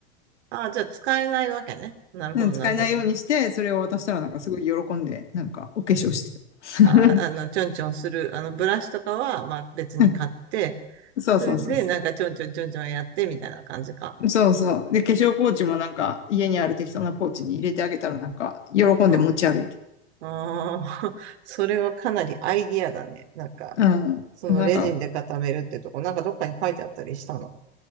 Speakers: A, on the right (about 65°); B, on the left (about 80°).
A: ああ、じゃあ使えないわけね。なるほど、
B: うん、使えないようにして、
A: なるほど。
B: それを渡したらなんかすごい喜んで、なんかお化粧してた。<laughs>
A: まあ、あの、ちょんちょんする、あの、ブラシとかは、まあ、別に買って、
B: うんそうそうそうそ
A: それで、なんか、ちょんちょんちょんちょんやって、みたいな感じか。
B: う。そうそう。で、化粧ポーチもなんか家にある適当なポーチに入れてあげたらなんか喜んで持ち歩いて。
A: うん。ああ、<laughs> それはかなりアイディアだね。なんか、
B: うん。
A: そのレジンで固めるってとこ、
B: なんか、
A: なんかどっかに書いてあったりしたの。